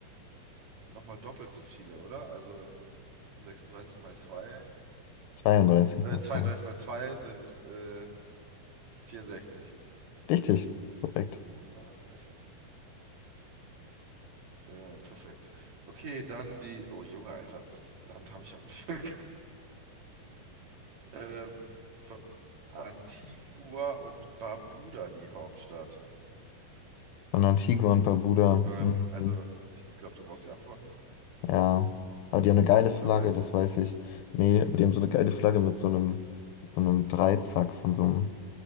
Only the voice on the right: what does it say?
nochmal doppelt so viele, oder? Also 36 mal zwei.
äh,
32
mal 2 sind äh, 64.
Nice. Äh, perfekt. Okay, dann die. Oh, Junge, Alter, das Land habe ich ja noch nicht <laughs> gehört. Ähm, von Antigua und Barbuda die Hauptstadt.
Ähm,
also, ich glaube, du brauchst die Antworten.
Oder weißt
du es?